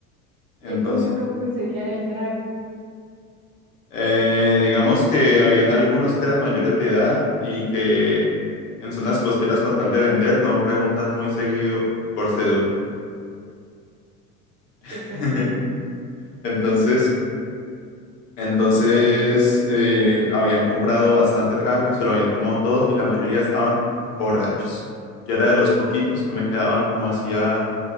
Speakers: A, on the left; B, on the right.
A: Entonces...
B: y entonces cómo conseguían el trago
A: Eh, digamos que habían algunos que eran mayores de edad y que en zonas costeras con tal de vender no preguntan muy seguido por cédula. <laughs>
B: esta gente.
A: Entonces, entonces eh, habían comprado bastante trago, se lo habían tomado todo y la mayoría estaban borrachos. Yo era de los poquitos que me quedaba como así a,